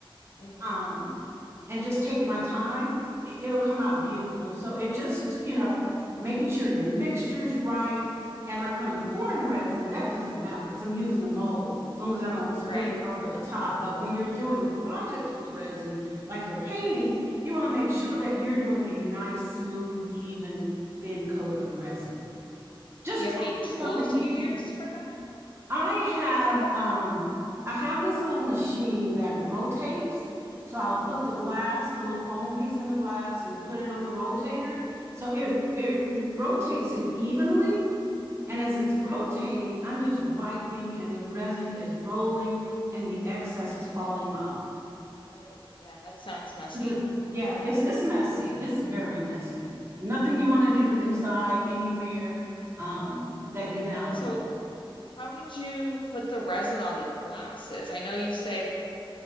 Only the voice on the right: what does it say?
um, and just take my time, it, it'll come out beautiful. So it just, you know, making sure your mixture's right. And like when I'm pouring resin, that doesn't matter because I'm using a mold as long as I don't spill
it over the top. But when you're doing projects with resin, like you're painting, you want to make
sure that you're doing a nice, smooth, even, thin coat of resin. Just
try
something
I have um I have this little machine that rotates. So I'll put the glass, the little foam piece in the glass and put it on the rotator. So it
it rotates it evenly. And as it's rotating,
I'm just wiping and the resin is rolling and the excess is falling off.
But yeah, it's it's messy. It's very messy. Nothing you want to do inside anywhere um, that you value.